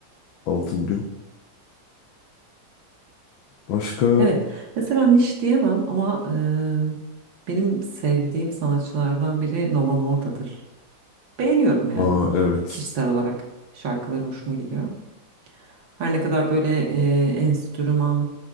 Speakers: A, on the left (about 80°); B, on the right (about 75°).
A: Altın Gün. Başka?
B: Evet. Mesela niş diyemem ama e, benim sevdiğim sanatçılardan biri Nova Norda'dır. Beğeniyorum yani
A: Aa
B: Ş-
A: evet.
B: kişisel olarak şarkıları hoşuma gidiyor. Her ne kadar böyle e, enstrüman